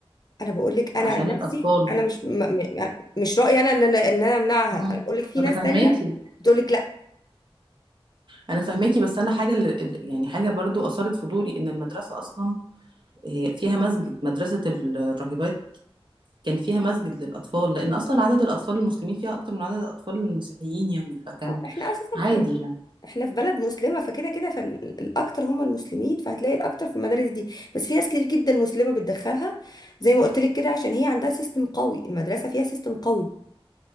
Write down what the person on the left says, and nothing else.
انا بقول لك انا
عن نفسي
انا مش م... م... يعني مش رأيي انا ان انا ان انا امنعها
انا بقول لك في
ناس
تانية بتقول لك لا
آه، احنا اساسا
في...
احنا في بلد مسلمة فكده كده فالاكتر هم المسلمين فهتلاقي الاكتر في المدارس دي بس في ناس كتير جدا مسلمة بتدخلها زي ما قلت لك كده عشان هي عندها سيستم قوي المدرسة فيها سيستم قوي